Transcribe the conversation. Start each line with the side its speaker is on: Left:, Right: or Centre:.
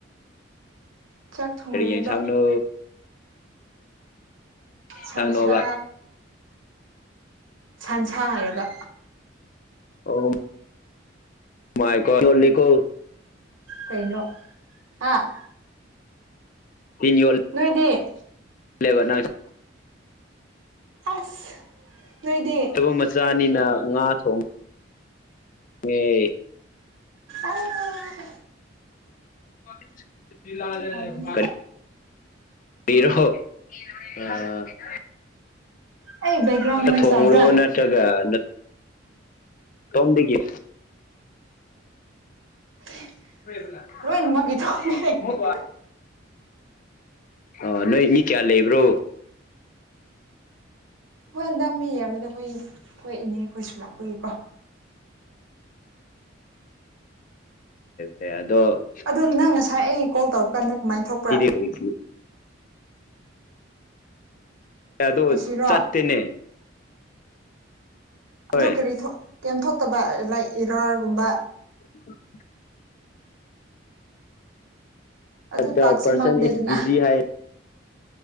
Right: ꯆꯥꯛ ꯊꯣꯡꯔꯤꯑꯦꯕ
Left: ꯀꯔꯤ ꯌꯦꯟꯁꯥꯡꯅꯣ꯫
Right: ꯁꯟꯁꯥ
Left: ꯍꯜꯂꯣꯕ꯫
Right: ꯁꯟꯁꯥ ꯍꯥꯏꯔꯒ꯫
Left: ꯑꯣ꯫ ꯃꯥꯥꯏꯀꯣ ꯂꯣꯠꯂꯤꯀꯣ꯫
Right: ꯀꯩꯩꯅꯣ ꯍꯥ꯫
Left: ꯇꯤꯟ ꯌꯣꯠ
Right: ꯅꯣꯏꯗꯤ?
Left: ꯂꯦꯕ ꯅꯪꯁꯤ꯫
Right: ꯑꯁ ꯅꯣꯏꯗꯤ?
Left: ꯐꯨꯝ ꯃꯆꯥꯅꯤꯅ ꯉꯥ ꯊꯣꯡ ꯉꯦ꯫
Right: ꯑꯥꯁ꯫
Left: <unintelligible>
Right: ꯐꯕꯅꯦ
Left: ꯍꯤꯔꯣ ꯑ <unintelligible>
Right: ꯑꯩ ꯕꯦꯛꯒ꯭ꯔꯥꯎꯟ ꯅꯣꯏꯁ
Left: ꯊꯣꯡꯕ꯭ꯔꯣ
Right: ꯇꯥꯕ꯭ꯔꯥ
Left: ꯅꯠ ꯀꯔꯤ ꯅꯠ ꯀꯝꯕꯒꯤ꯫
Right: <inaudible>
Left: <unintelligible>
Right: ꯂꯣꯏꯅꯃꯛꯀꯤ ꯊꯣꯛꯅꯦ ꯑꯩꯈꯣꯏ
Left: ꯑ ꯅꯣꯏ ꯃꯤ ꯀꯌꯥ ꯂꯩꯕ꯭ꯔꯣ
Right: ꯑꯩꯈꯣꯏ ꯍꯟꯗꯛ ꯃꯤꯌꯥꯝꯃꯦꯗ ꯑꯩꯈꯣꯏ ꯌꯨꯝ ꯑꯩꯈꯣꯏ ꯏꯅꯦꯈꯣꯏꯁꯨ ꯂꯥꯛꯄꯒꯤꯀꯣ
Left: ꯑꯗꯣ
Right: ꯑꯗꯨ ꯅꯪ ꯉꯁꯥꯏ ꯑꯩ ꯀꯣꯜ ꯇꯧꯔ ꯀꯥꯟꯗ ꯀꯃꯥꯏꯅ ꯊꯣꯛꯄ꯭ꯔꯥ
Left: ꯊꯦꯡꯌꯨ ꯑꯗꯣ
Right: ꯉꯁꯤꯔꯣ
Left: ꯆꯠꯇꯦꯅꯦ
Right: ꯑꯗꯨ
Left: ꯍꯣꯏ
Right: ꯀꯔꯤ ꯊꯣꯛ ꯀꯦꯝ ꯊꯣꯛꯇꯕ ꯂꯥꯏꯛ ꯏꯔꯥꯔꯒꯨꯝꯕ
Left: <inaudible>
Right: ꯑꯗꯨ
Left: ꯗ
Right: ꯇꯥꯛꯁꯤ
Left: ꯄꯔꯁꯟ
Right: ꯃꯥꯡꯗꯦꯗꯅ
Left: ꯏꯁ ꯕꯤꯖꯤ ꯍꯥꯏ